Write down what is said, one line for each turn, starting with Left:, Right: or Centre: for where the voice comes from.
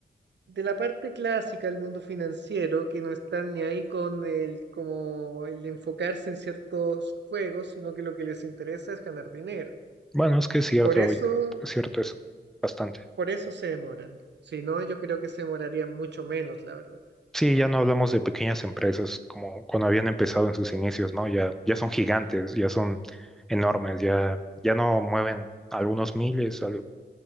Right: de la parte clásica del mundo financiero, que no están ni ahí con el, como el enfocarse en ciertos juegos, sino que lo que les interesa es ganar dinero.
Centre: Bueno, es que es cierto,
Right: Por eso,
Centre: oye, es cierto eso, bastante.
Right: por eso se demoran. Si no, yo creo que se demorarían mucho menos, la verdad.
Centre: Sí, ya no hablamos de pequeñas empresas como cuando habían empezado en sus inicios, ¿no? Ya, ya son gigantes, ya son enormes, ya, ya no mueven algunos miles, algo,